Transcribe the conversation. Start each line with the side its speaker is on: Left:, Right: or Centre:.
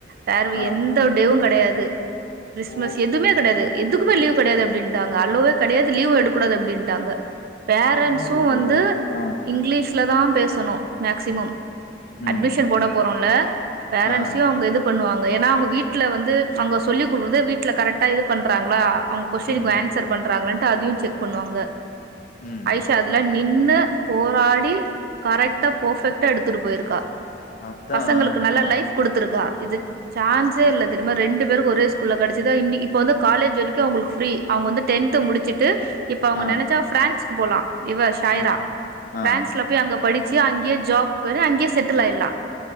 Right: சார்வு
Left: ஆ.
Right: எந்தவு டேவு கெடையாது
Left: ஓ!
Right: மஸ் எதுமே கெடையாது எதுக்குமே லீ்வ் கெடையாது அப்படின்ட்டாங்க அலுவே கெடையாது லீவ் எடுக்கூடாது அடின்ட்டாங்க பேரண்ட்ஸு
Left: என்னது?
Right: வந்து
Left: ஆ,
Right: இங்லீஷ்லதா பேசனு மேக்ஸிமம்
Left: ம்,
Right: அட்மிஷன் போட போறோல பேரண்ட்ஸையு
Left: ஆ,
Right: அவங்க இது பண்ணுவாங்க ஏன்னா அவங்க வீட்ல வந்து ஃபங்க சொல்லிக் கொடுக்குற்து வீட்ல கரக்டா இது பண்றாங்ளா அவுங் கொஷ்ன்க்கு
Left: ம்,
Right: ஆன்சர் பண்றாங்களன்ட்டு அதையு செக் பண்ணுவாங்க
Left: ம்
Right: ஆயிஷா அதுல நின்னு போராடி கரெட்டா பொஃபெக்ட்டா எடுத்துட்டு போய்ருக்கா
Left: அதான்.
Right: பசங்களுக்கு நல்ல
Left: ஆ,
Right: லைஃப் குடுத்துருக்கா இது சான்ஸே இல்ல தெரிமா ரெண்டு பேரு ஒரே ஸ்கூல்ல கடிச் இதா இன்னி இப்ப வந்து காலேஜ் வரைக்கு அவங்ளு ஃப்ரீ அவங்க வந்து டென்த்து முடிச்சுட்டு இப்ப அவங்க
Left: ஆ,
Right: நெனைச்சா ஃப்ரான்ஸ் போலா இவ ஷாய்ரா
Left: ஆ,
Right: ஃப்ரான்ஸ்ல
Left: ஆ.
Right: போய் அங்க படிச்சி அங்க்யே ஜாப் கொது அங்க்யே செட்டில் ஆய்லா